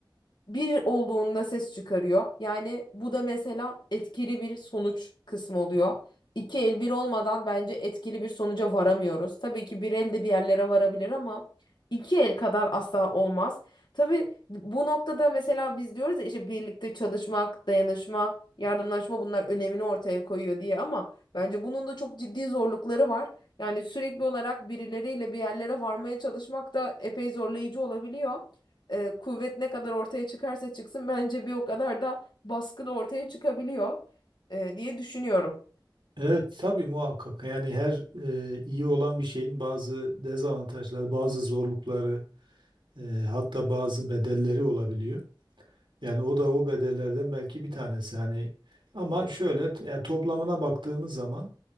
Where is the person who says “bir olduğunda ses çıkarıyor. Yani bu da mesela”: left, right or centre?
Left